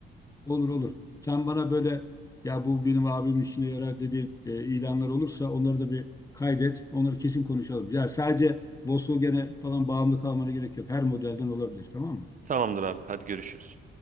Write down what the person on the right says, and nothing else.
Tamamdır abi hadi görüşürüz.